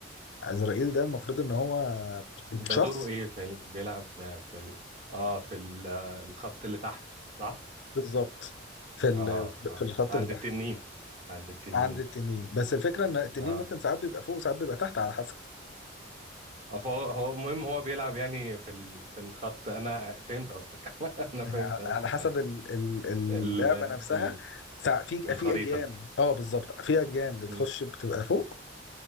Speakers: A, on the left; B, on the right.
A: عزرائيل ده المفروض إن هو
B: ده
A: شخص
B: دوره ايه في ال... بيلعب في ال... اه في ال... الخط اللي تحت صح
A: بالظبط في ال-
B: اه اه آه.
A: في الخط
B: عند
A: اللي تحت
B: التنين عند التنين
A: عند التنين بس الفكرة إن التنين
B: اه
A: ممكن ساعات بيبقى فوق وساعات بيبقى تحت على حسب
B: اه فهو هو مهم هو بيلعب يعني في ال... في الخط انا فهمت قصدك <laughs> انا فهمت
A: يعني ع-
B: قصدك
A: على حسب
B: آه.
A: ال- ال- اللعبة
B: ال...
A: نفسها
B: ال...
A: ساع- في
B: الخريطة
A: في أجيام اه بالظبط في أجيام بتخش
B: م.
A: بتبقى فوق